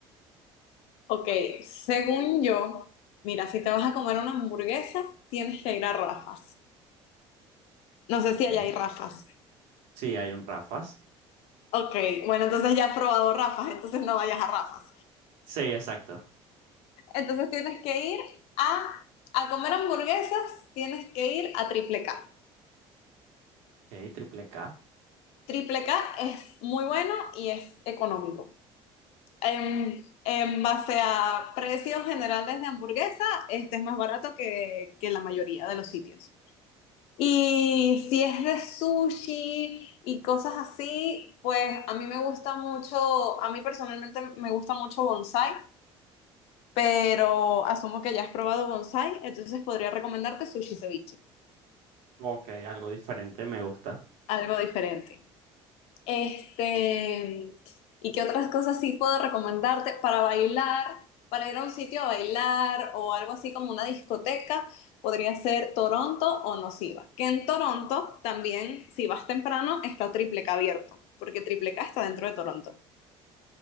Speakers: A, on the left; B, on the right.
A: ok. Según yo, mira, si te vas a comer una hamburguesa, tienes que ir a Rafas. No sé
B: Ok.
A: si allá hay Rafas.
B: Sí, hay un Rafas.
A: Ok, bueno, entonces ya has probado Rafas, entonces no vayas a Rafas.
B: Sí, exacto.
A: Entonces tienes que ir a, a comer hamburguesas, tienes que ir a Triple K.
B: Ok, triple K.
A: Triple K es muy bueno y es económico. En, en base a precios generales de hamburguesa, este es más barato que, que la mayoría de los sitios. Y si es de sushi y cosas así, pues a mí me gusta mucho, a mí personalmente me gusta mucho bonsai, pero asumo que ya has probado bonsai, entonces podría recomendarte sushi ceviche,
B: Ok, algo diferente, me gusta.
A: algo diferente. Este, ¿y qué otras cosas sí puedo recomendarte para bailar, para ir a un sitio a bailar o algo así como una discoteca? Podría ser Toronto o Nociva, que en Toronto también, si vas temprano, está Triple K abierto, porque Triple K está dentro de Toronto.